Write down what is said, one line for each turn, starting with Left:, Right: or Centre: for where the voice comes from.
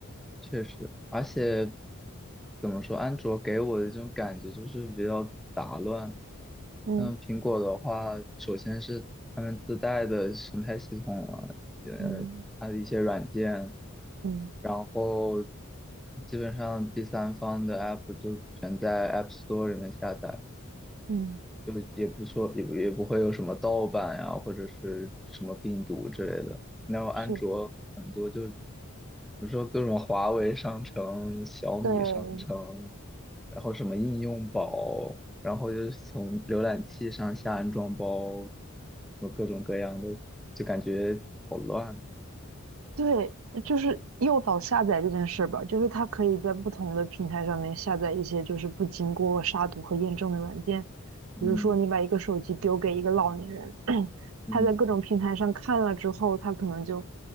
Centre: 确实，而且怎么说，安卓给我的这种感觉就是比较杂乱。
Right: 嗯
Centre: 嗯，苹果的话，首先是他们自带的生态系统啊，呃，
Right: 嗯
Centre: 它的一些软件，
Right: 嗯
Centre: 然后基本上第三方的 app 就全在 App Store 里面下载。
Right: 嗯，
Centre: 就也不说也不也不会有什么盗版呀、或者是什么病毒之类的。然后安卓很多就，
Right: 是
Centre: 比如说各种华为商城、小米商城，
Right: 对对。
Centre: 然后什么应用宝，然后就是从浏览器上下安装包，有各种各样的，就感觉好乱。
Right: 对，就是诱导下载这件事吧，就是它可以在不同的平台上面下载一些就是不经过杀毒和验证的软件，
Centre: 嗯
Right: 比如说你把一个手机丢给一个老年人，<clears throat>
Centre: 嗯
Right: 他在各种平台上看了之后，他可能就